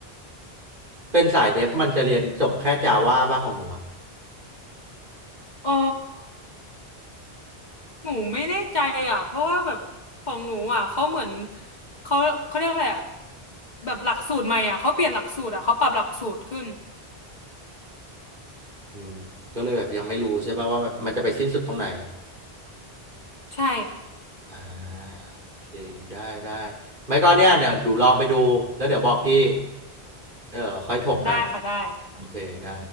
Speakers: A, on the right (about 50°); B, on the left (about 45°).
A: เป็นสายเดฟมันจะเรียนจบแค่จาว่าป่ะของหนูอะ
B: อ๋อหนูไม่แน่ใจอ่ะเพราะว่าแบบของหนูอ่ะเขาเหมือนเขาเขาเรียกว่าอะไรอ่ะแบบหลักสูตรใหม่อ่ะเขาเปลี่ยนหลักสูตรอ่ะเขาปรับหลักสูตรขึ้น
A: อืมก็เลยแบบยังไม่รู้ใช่ป่ะว่าแบบมันจะไปสิ้นสุดตรงไหน
B: ใช่
A: อ่าโอเคได้ได้ไม่ก็เนี่ยเดี๋ยวดูลองไปดูแล้วเดี๋ยวบอกพี่เดีวค่อยถกกัน
B: ได้ค่ะได้
A: โอเคได้